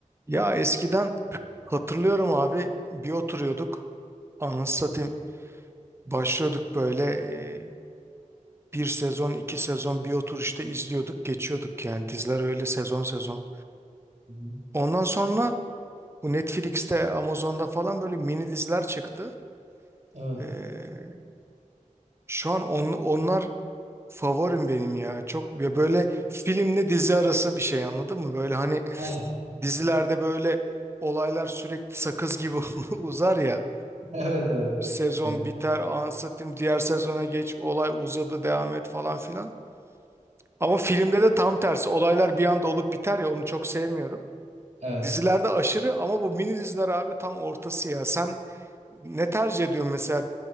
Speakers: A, on the right; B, on the right.
A: Ya eskiden hatırlıyorum abi bir oturuyorduk anasını satayım başlıyorduk böyle e, bir sezon iki sezon bir otur işte izliyorduk geçiyorduk yani diziler öyle sezon sezon.
B: Hı hı.
A: Ondan sonra bu Netflix'te Amazon'da falan böyle mini diziler çıktı.
B: Evet.
A: E, şu an on- onlar favorim benim ya çok ya böyle filmle dizi arası bir şey anladın mı? Böyle hani
B: Aynen.
A: dizilerde böyle olaylar sürekli sakız gibi <laughs> uzar ya.
B: <laughs> Evet evet.
A: sezon
B: Evet.
A: biter anlatayım diğer sezona geç olay uzadı devam et falan filan. Ama filmde de tam tersi olaylar bir anda olup biter ya onu çok sevmiyorum.
B: Evet.
A: Dizilerde aşırı ama bu mini diziler abi tam ortası ya. Sen ne tercih ediyorsun mesela